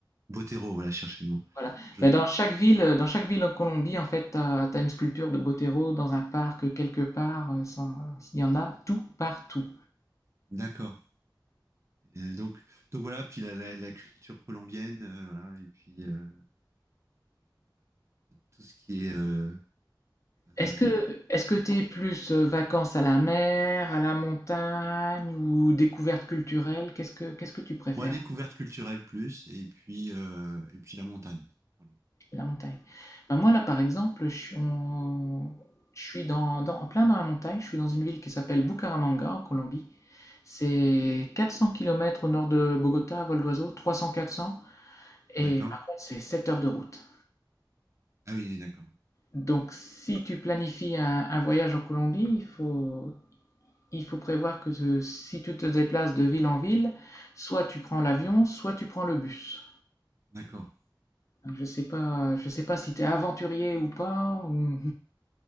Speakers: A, on the right (about 35°); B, on the left (about 40°).
A: Botero, voilà, cherchez le mot.
B: Voilà.
A: Je-
B: Mais dans chaque ville, euh, dans chaque ville en Colombie, en fait, t'as, as une sculpture de Botero dans un parc quelque part. euh, ça- Il y en a tout partout.
A: D'accord. Et Donc donc voilà, puis la, la- la culture colombienne, euh, voilà, et puis euh, tout ce qui est euh,
B: Est-ce
A: euh,
B: que, est-ce que t'es plus euh, vacances à la mer, à la montagne ou découverte culturelle? Qu'est-ce que, qu'est-ce que tu préfères?
A: moi découverte culturelle plus, et puis euh, et puis la montagne. Voilà.
B: La montagne. Ben moi là, par exemple, je suis, on- je suis dans, dans- en plein dans la montagne. Je suis dans une ville qui s'appelle Bucaramanga en Colombie. C'est 400 km au nord de Bogota à vol d'oiseau, 300-400. Et
A: D'accord?
B: par contre, c'est 7 heures de route.
A: Ah oui, d'accord, ouais.
B: Donc, si tu planifies un, un voyage en Colombie, il faut, il faut prévoir que te- si tu te déplaces de ville en ville, soit tu prends l'avion, soit tu prends le bus.
A: d'accord.
B: Je sais pas, je sais pas si tu es aventurier ou pas. ou-